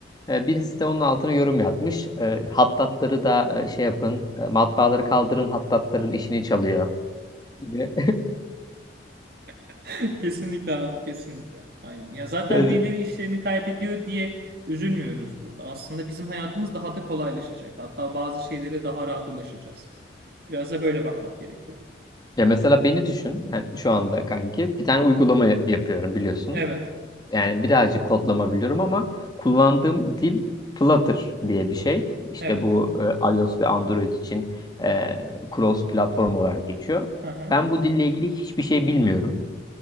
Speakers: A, on the left (about 20°); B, on the right (about 50°).
A: E, birisi de onun altına yorum yazmış. E, hattatları da e, şey yapın, e, matbaaları kaldırın, hattatların işini çalıyor gibi.
B: <laughs> Kesinlikle abi kesinlikle. Aynen. Ya zaten
A: <laughs> Evet.
B: birileri işlerini kaybediyor diye üzülmüyoruz burada. Aslında bizim hayatımız daha da kolaylaşacak. Hatta bazı şeylere daha rahat ulaşacağız. Biraz da böyle bakmak gerekiyor.
A: Ya mesela beni düşün. Yani şu anda kanki bir tane uygulama ya- yapıyorum biliyorsun.
B: Evet.
A: Yani birazcık kodlama biliyorum ama kullandığım dil Flutter diye bir şey. İşte
B: Evet.
A: bu e, iOS ve Android için e, cross platform olarak geçiyor.
B: Hı hı.
A: Ben bu dille ilgili hiçbir şey bilmiyorum.